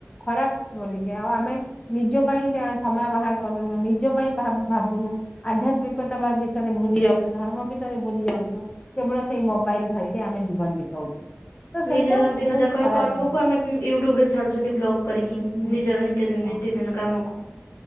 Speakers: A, on the left; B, on the left.
A: ଖରାପ ବୋଲିକା ଆଉ ଆମେ ନିଜ ପାଇଁକା ସମୟ ବାହାର କରୁନୁ ନିଜ ପାଇଁ ଭା-ଭାବୁନୁ ଆଧ୍ୟାତ୍ମିକତା ବା ବିଷୟରେ ଭୁଲି ଯାଉଛୁ ଧର୍ମ ବିଷୟରେ ଭୁଲି ଯାଉଛୁ। କେବଳ ସେଇ ମୋବାଇଲ ଧରିକି ଆମେ ଜୀବନ ବିତଉଛୁ। ତ ସେଇଟା
B: ନିଜର ଦିନ
A: ବହୁତ
B: ଯାକର
A: ଖରାପ
B: କର୍ମକୁ ଆମେ ମ୍ ୟୁଟ୍ୟୁବରେ ଛାଡୁଛନ୍ତି ବ୍ଲଗ କରିକି ନିଜର
A: ହୁଁ
B: ନିତ୍ୟଦିନ
A: ହଁ।
B: ନି ତି ଦିନ କାମକୁ।